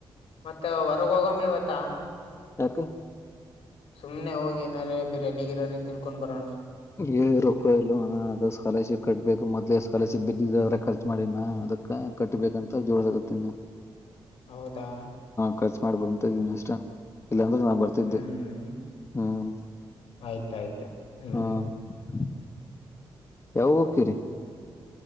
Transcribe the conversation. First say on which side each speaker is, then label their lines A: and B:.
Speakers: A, on the left (about 85°); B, on the left (about 30°).
A: ಮತ್ತೆ ಹೊರಗ್ ಹೋಗಮ್ಮ ಇವ ತ್ತಾ
B: ಯಕ್
A: ಸುಮ್ನೆ ಹೋಗಿ ಏನಾರೆ ಬಿರ್ಯಾನಿ ಗಿರ್ಯಾನಿ ತಿನ್ಕೊಂಡ್ ಬರೋಣ.
B: ಏ ರೊಕ್ಕ ಇಲ್ಲೋಣ ಅದ್ ಸ್ಕಾಲರ್ಶಿಪ್ ಕಟ್ಬೇಕು ಮೊದ್ಲೇ ಸ್ಕಾಲರ್ಶಿಪ್ ಬಿದ್ದಿದ್ದ ಅದ್ರಾಗ್ ಖರ್ಚು ಮಾಡಿನ ಅದಕ್ಕ್ ಕಟ್ಟಬೇಕಂತ್ ಜೋಡಸಗತ್ತೀನಿ.
A: ಹೌದಾ
B: ಖರ್ಚು ಮಾಡಬಾಡ್ದಂತ್ ಇದ್ದಿನ್ ಅಷ್ಟೆ. ಇಲ್ಲಾಂದ್ರೆ ನಾ ಬರ್ತಿದ್ದೆ
A: ಹ್ಮ್
B: ಹ್ಮ್
A: ಆಯ್ತಾಯ್ತು ಹ್ಮ್
B: ಹ್ಮ. ಯಾವಗ್ ಹೋಗ್ಕಿರಿ.